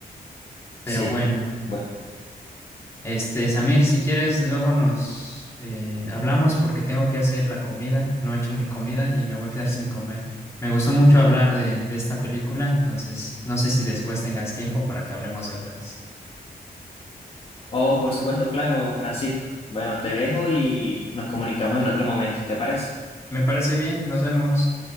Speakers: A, on the left (about 15°); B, on the left (about 35°).
A: Pero
B: Sí.
A: bueno.
B: Bueno.
A: Este, Samir, si quieres, luego nos eh, hablamos porque tengo que hacer la comida. No he hecho mi comida y me voy a quedar sin comer. Me gustó mucho hablar de, de esta película, entonces no sé si después tengas tiempo para que hablemos de otras.
B: Oh, por supuesto, claro, Francisco. Bueno, te dejo y nos comunicamos en otro momento, ¿te parece?
A: Me parece bien, nos vemos.